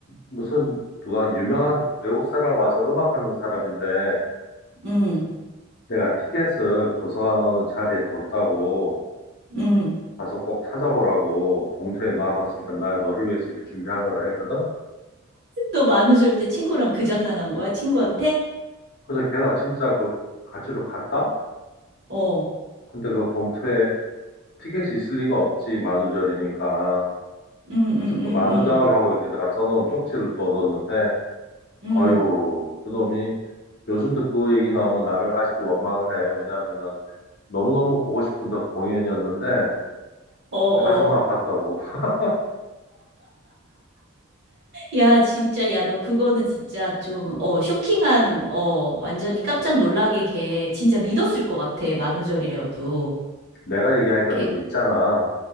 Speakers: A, on the left; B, on the right.
A: 무슨 누가 유명한 외국 사람 와서 음악하는 사람인데
B: 응
A: 내가 티켓을 도서관 어느 자리에 뒀다고
B: 응.
A: 가서 꼭 찾아보라고 봉투에 넣어놨으니까 나 너를 위해서 이렇게 준비한 거라 했거든.
B: 너 만우절 때 친구랑 그 장난한 거야? 친구한테?
A: 그래서 걔가 진짜 그 가지러 갔다?
B: 어.
A: 근데 그 봉투에 티켓이 있을 리가 없지 만우절이니까.
B: 응
A: 그래서
B: 응
A: 그
B: 응
A: 만우절하고
B: 응
A: 이렇게 내가 써놓은 쪽지를 또 넣었는데
B: 응
A: 아유 그놈이 요즘도 그 얘기 나오면 나를 아직도 원망을 해. 왜냐하면은 너무너무 보고 싶은 또 공연이었는데
B: 어, 어.
A: 가슴 아팠다고. <laughs>
B: 야, 진짜, 야, 너 그거는 진짜 좀, 어, 쇼킹한, 어, 완전히 깜짝 놀라게 걔 진짜 믿었을 것 같아, 만우절이라도.
A: 내가 얘기하니까
B: 걔,
A: 또 믿잖아.